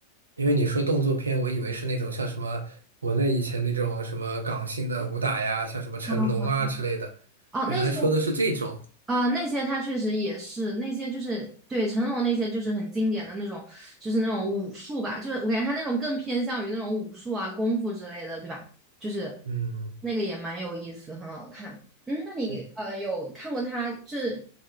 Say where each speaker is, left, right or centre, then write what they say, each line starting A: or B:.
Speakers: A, on the right (about 70°); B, on the right (about 15°).
A: 因为你说动作片，我以为是那种像什么国内以前那种什么港星的武打呀，像什么成龙啊之类的，
B: 啊哦、啊那些。
A: 原来说的是这种。
B: 啊，那些他确实也是那些，就是对成龙那些就是很经典的那种，就是那种武术吧，就是我感觉他那种更偏向于那种武术啊、功夫之类的，对吧？就是
A: 嗯。
B: 那个也蛮有意思，很好看。嗯，那你呃有看过他这
A: 对。